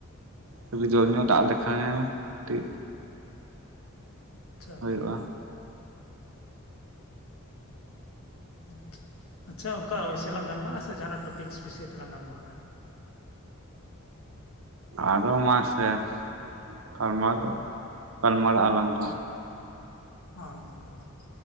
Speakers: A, on the right (about 70°); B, on the left (about 80°).
A: ᱡᱩᱫᱤ ᱡᱳᱨ ᱧᱚᱜ ᱫᱟᱜ ᱞᱮᱠᱷᱟᱱ ᱮ ᱠᱟᱴᱤᱡ
B: ᱟᱪᱪᱷᱟ
A: ᱦᱩᱭᱩᱜᱼᱟ
B: ᱦᱮᱸ ᱟᱪᱷᱟ ᱟᱪᱪᱷᱟ ᱚᱱᱠᱟ ᱚᱵᱭᱥᱮ ᱞᱟᱝ ᱜᱟᱞᱢᱟᱨᱟᱜᱼᱟ ᱥᱮ ᱡᱟᱦᱟᱸᱱᱟᱜ ᱴᱚᱯᱤᱠᱥ ᱵᱤᱥᱚᱭ ᱛᱮᱞᱟᱝ ᱜᱟᱞᱢᱟᱨᱟᱜᱼᱟ
A: ᱟᱫᱚ ᱢᱟᱥᱮ <inaudible> ᱜᱟᱞᱢᱟᱨᱟᱣ ᱫᱚ ᱜᱟᱞᱢᱟᱨᱟᱜ ᱟᱞᱟᱟᱝ ᱛᱚ
B: <unintelligible>